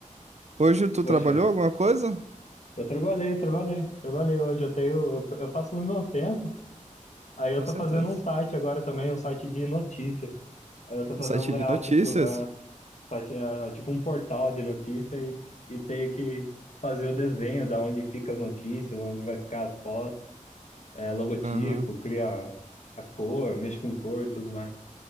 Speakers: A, on the right; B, on the left.
A: Hoje tu
B: poxa,
A: trabalhou alguma coisa?
B: eu trabalhei, trabalhei, trabalhei hoje. Eu tenho, eu, eu faço no meu tempo. Aí eu
A: Com
B: tô
A: certeza.
B: fazendo um site agora também, um site de notícia. Aí Eu tô fazendo
A: No site
B: um layout
A: de notícias?
B: pro, é, site, é, tipo um portal de notícia e, e tenho que fazer o desenho da onde fica as notícias, onde vai ficar as fotos. é, logotipo,
A: Aham,
B: cria a cor, mexe com cor e tudo mais.